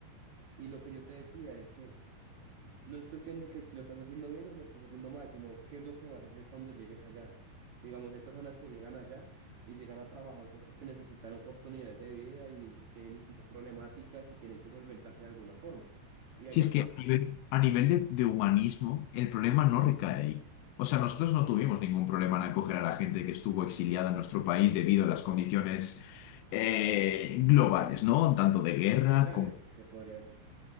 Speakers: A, on the right; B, on the left.
A: Y lo que yo te decía es que no es cuestión de que si lo estás haciendo bien o lo estás haciendo mal, sino qué es lo que vas a hacer cuando llegues allá. Digamos, hay personas que llegan allá y llegan a trabajar pues porque necesitan oportunidades de vida y tienen distintas problemáticas y tienen que solventarse de alguna forma. Y allá
B: Si es
A: por
B: que a nivel, a nivel de, de humanismo, el problema no recae ahí. O sea, nosotros no tuvimos ningún problema en acoger a la gente que estuvo exiliada en nuestro país debido a las condiciones eh, globales, ¿no? Tanto de guerra
A: precarias,
B: como
A: se podría decir.